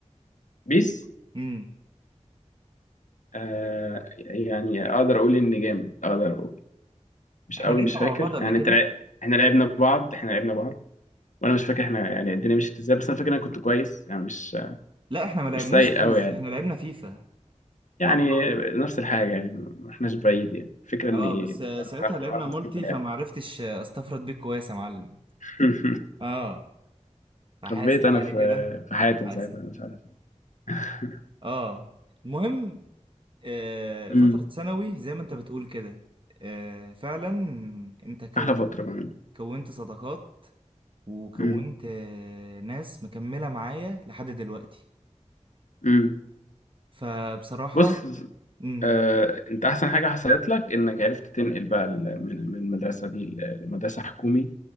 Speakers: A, on the left (about 80°); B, on the right (about 45°).
A: بيس
B: أمم
A: آه يعني اقدر اقول ان جامد اقدر اقول مش
B: إحنا
A: قوي
B: لعبنا
A: مش فاكر
B: مع بعض قبل
A: يعني
B: كده؟
A: انت لع... احنا لعبنا بعض احنا لعبنا بعض وانا مش فاكر احنا يعني الدنيا مشيت ازاي بس انا فاكر إن انا كنت كويس يعني مش
B: لا إحنا ما لعبناش
A: مش سيء
B: بيس
A: قوي يعني
B: إحنا لعبنا فيفا
A: يعني
B: مع بعض
A: نفس الحاجه يعني ما احناش بعيد يعني الفكره اني
B: اه بس آه،
A: <laughs>
B: ساعتها
A: بعرف
B: لعبنا مالتي
A: أسكت بلاعب.
B: فمعرفتش آه، استفرد بيك كويس يا معلم
A: <laughs>
B: اه فحاسب
A: خبيت انا
B: يعني
A: في
B: كده
A: في حياتي من
B: حاسب
A: ساعتها أنا مش عارف <laughs>
B: اه المهم آه
A: امم
B: فترة ثانوي زي ما انت بتقول كده آه فعلا انت كونت
A: احلى فتره بقى
B: كونت صداقات وكونت
A: امم
B: آه ناس مكملة معايا لحد دلوقتي
A: امم
B: فبصراحة
A: بص
B: امم
A: آه، انت احسن حاجه حصلت لك انك عرفت تنقل بقى ال- من من المدرسه دي ل- لمدرسه حكومي